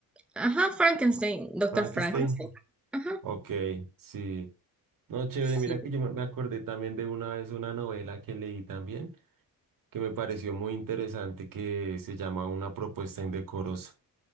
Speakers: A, in the centre; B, on the right.
A: Ajá, Frankenstein, Doctor
B: Frankenstein.
A: Frankenstein. Ajá,
B: Ok, sí. No, chévere,
A: sí.
B: mira que yo me me acordé también de una vez una novela que leí también que me pareció muy interesante que se llama Una propuesta indecorosa.